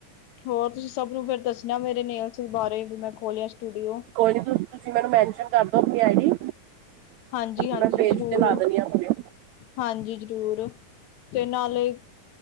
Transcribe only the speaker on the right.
ਕੋਈ ਨੀ ਤੁਸੀਂ, ਮੈਨੂੰ ਮੈਨਸ਼ਨ ਕਰਦੋ ਆਪਣੀ ਆਈ ਡੀ।
ਮੈਂ ਪੇਜ
ਤੇ ਲਾ ਦੇਣੀ ਆ ਆਪਣੇ।